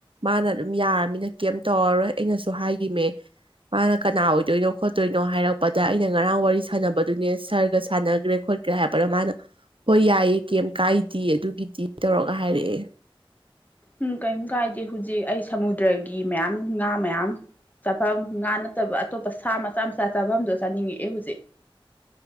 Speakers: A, on the right; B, on the left.
A: ꯃꯥꯅ ꯑꯗꯨꯝ ꯌꯥꯔꯃꯤꯅ ꯀꯩꯝ ꯇꯧꯔꯔꯣꯏ ꯑꯩꯅꯁꯨ ꯍꯥꯏꯒꯤꯃꯦ ꯃꯥꯅ ꯀꯅꯥ ꯑꯣꯏꯗꯣꯏꯅꯣ ꯈꯣꯠꯇꯣꯏꯅꯣ ꯍꯥꯏꯔꯛꯄꯗ ꯑꯩꯅ ꯉꯔꯥꯡ ꯋꯥꯔꯤ ꯁꯥꯟꯅꯕꯗꯨꯅꯦ ꯁꯥꯔꯒ ꯁꯥꯟꯅꯒꯔꯦ ꯈꯣꯠ ꯀꯔꯦ ꯍꯥꯏꯔꯛꯄꯅ ꯃꯥꯅ ꯍꯣꯏ ꯌꯥꯏꯌꯦ ꯀꯩꯝ ꯀꯥꯏꯗꯦ ꯑꯗꯨꯒꯤꯗꯤ ꯇꯧꯔꯒ ꯍꯥꯏꯔꯛꯑꯦ
B: ꯎꯝ ꯀꯩꯝ ꯀꯥꯏꯗꯦ ꯍꯧꯖꯤꯛ ꯑꯩ ꯁꯃꯨꯗ꯭ꯔꯒꯤ ꯃꯌꯥꯝ ꯉꯥ ꯃꯌꯥꯝ ꯆꯥꯐꯝ ꯉꯥ ꯅꯠꯇꯕ ꯑꯇꯣꯞꯄ ꯁꯥ ꯃꯆꯥ ꯃꯆꯥ ꯆꯥꯐꯝꯗꯣ ꯆꯥꯅꯤꯡꯉꯛꯑꯦ ꯍꯧꯖꯤꯛ